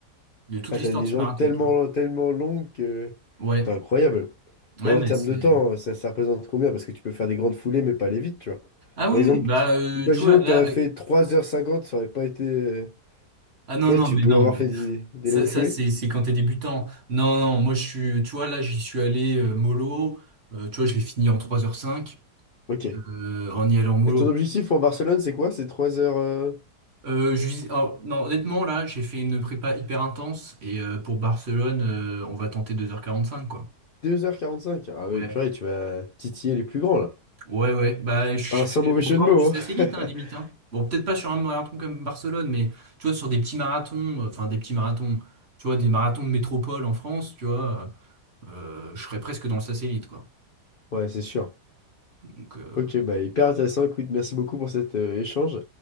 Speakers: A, on the right; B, on the left.
A: de toute
B: Ah,
A: l'histoire
B: t'as des
A: de ce
B: jambes
A: marathon.
B: tellement,
A: tu vois.
B: tellement longues que...
A: Ouais,
B: T'es incroyable.
A: ouais
B: Mais en
A: mais
B: termes
A: c'est
B: de temps, ça, ça représente combien? Parce que tu peux faire des grandes foulées mais pas aller vite, tu vois.
A: ah
B: Par
A: oui
B: exemple,
A: oui, bah
B: t-
A: euh,
B: imaginons
A: tu vois là
B: que t'aurais fait
A: euh,
B: trois heures cinquante ça aurait pas été...
A: ah non
B: Tu vois,
A: non
B: tu
A: mais
B: peux
A: non
B: avoir
A: mais
B: fait
A: <laughs>
B: des, des
A: ça
B: longues
A: ça
B: foulées.
A: c'est c'est quand t'es débutant. Non non moi je suis tu vois là j'y suis allé euh, mollo Euh, tu vois je l'ai fini en trois heures cinq
B: Ok.
A: euh, en y allant mollo
B: Et ton objectif pour Barcelone, c'est quoi? C'est trois heures, euh,
A: Euh, je vis- oh, non, honnêtement, là, j'ai fait une prépa hyper intense et euh, pour Barcelone, euh, on va tenter deux heures quarante cinq quoi.
B: deux heures quarante-cinq. Ah
A: Ouais,
B: oui, purée, tu vas titiller les plus grands, là.
A: ouais, ouais. Bah, je
B: Ah,
A: serais
B: sans mauvais
A: au
B: jeu
A: bord
B: de mots,
A: du satellite,
B: hein.
A: hein, limite.
B: <laughs>
A: hein. Bon, peut-être pas sur un marathon comme Barcelone, mais tu vois, sur des petits marathons, euh, enfin des petits marathons, tu vois, des marathons de métropole en France, tu vois, euh, euh, je serais presque dans le satellite, quoi.
B: Ouais, c'est sûr.
A: Donc, euh,
B: Ok, bah hyper intéressant. Écoute, merci beaucoup pour cet euh, échange.